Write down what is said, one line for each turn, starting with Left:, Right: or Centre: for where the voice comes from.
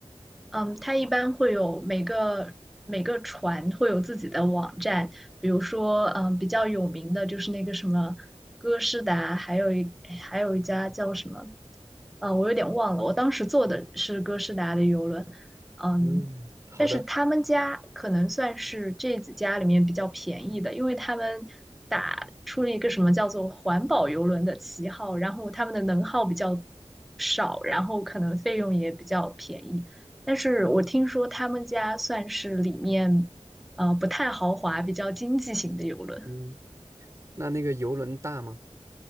Centre: 嗯，它一般会有每个每个船会有自己的网站，比如说，嗯，比较有名的就是那个什么哥诗达，还有一还有一家叫什么呃，我有点忘了，我当时坐的是哥斯达的游轮，嗯，
Right: 嗯，好的，
Centre: 但是他们家可能算是这几家里面比较便宜的，因为他们打出了一个什么叫做环保游轮的旗号，然后他们的能耗比较少，然后可能费用也比较便宜。但是我听说他们家算是里面呃不太豪华、比较经济型的游轮。
Right: 嗯，那那个游轮大吗？